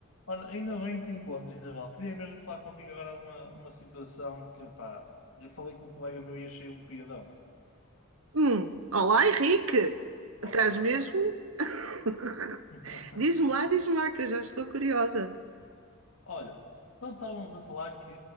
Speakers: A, on the left; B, on the right.
A: Ora, ainda bem que te encontro, Isabel. Queria mesmo falar contigo agora uma, uma situação que, pá, eu falei com um colega meu e achei um piadão.
B: Hum, olá, Henrique.
A: Olá.
B: Estás mesmo? <laughs>
A: <laughs>
B: Diz-me lá, diz-me lá, que eu já estou curiosa.
A: Olha, então estávamos a falar que